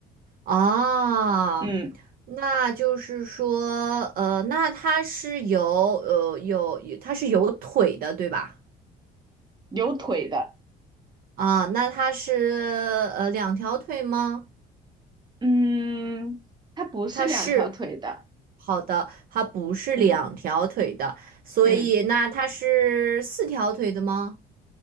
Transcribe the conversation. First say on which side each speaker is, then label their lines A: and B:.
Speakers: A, on the right; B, on the right.
A: 啊。
B: 嗯，
A: 那就是说，呃，那它是有呃有有它是有腿的，对吧？
B: 有腿的，
A: 啊，那它是呃两条腿吗？
B: 嗯，它不是两条腿的，
A: 它是，好的，它不是两条腿的，
B: 嗯
A: 所以那它是四条腿的吗？
B: 嗯